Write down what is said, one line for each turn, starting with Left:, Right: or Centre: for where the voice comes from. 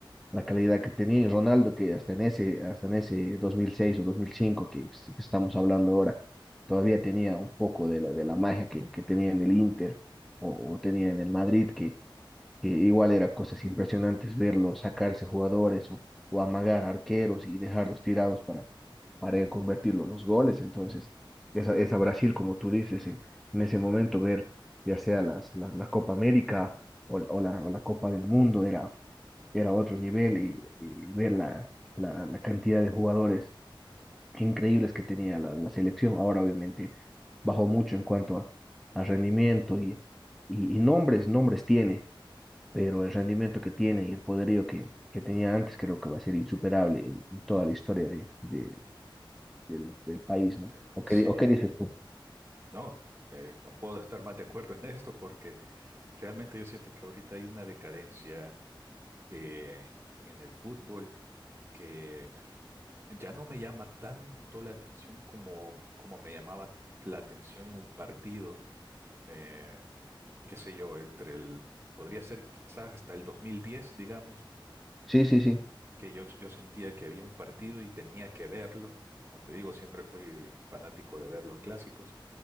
Centre: la calidad que tenía. Y Ronaldo, que hasta en ese, hasta en ese 2006 o 2005 que, es- que estamos hablando ahora, todavía tenía un poco de la, de la magia que, que tenía en el Inter o, o tenía en el Madrid, que que igual era cosas impresionantes verlos sacarse jugadores o, o amagar arqueros y dejarlos tirados para, para él convertir los, los goles. Entonces, esa, esa Brasil, como tú dices, eh, en ese momento ver ya sea las, la, la Copa América o, la- o, la, o la Copa del Mundo era, era otro nivel y, y ver la, la, la cantidad de jugadores increíbles que tenía la, la selección. Ahora, obviamente, bajó mucho en cuanto a, a rendimiento y, y, y nombres, nombres tiene pero el rendimiento que tiene y el poderío que, que tenía antes creo que va a ser insuperable en en toda la historia de, de- del, del país,
Right: del-
Centre: ¿no? ¿O
Right: sí,
Centre: qué, di- o qué dices tú?
Right: no, eh, no puedo estar más de acuerdo en esto porque realmente yo siento que ahorita hay una decadencia eh, en el fútbol que ya no me llama tanto la atención como, como me llamaba la atención un partido, eh, qué sé yo, entre el, podría ser quizás hasta el 2010, digamos,
Centre: Sí, sí, sí.
Right: que yo, yo sentía que había un partido y tenía que verlo. Como te digo, siempre fui fanático de ver los clásicos